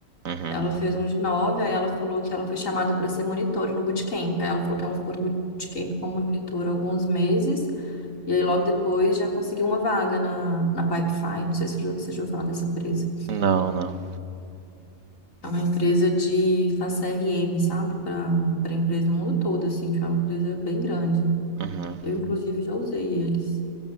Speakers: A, on the right (about 85°); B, on the left (about 75°).
A: Uhum.
B: Ela fez um de nove, aí ela falou que ela foi chamada para ser monitora no bootcamp. Aí ela falou que ela ficou no bootcamp como monitora alguns meses. E aí, logo depois, já consegui uma vaga na, na Pipefy. Não sei se você já você já ouviu falar dessa empresa.
A: Não, não.
B: É uma empresa de faz CRM, sabe? Para para empresa do mundo todo, assim. Tipo, é uma empresa bem grande.
A: Uhum.
B: Eu, inclusive, já usei eles.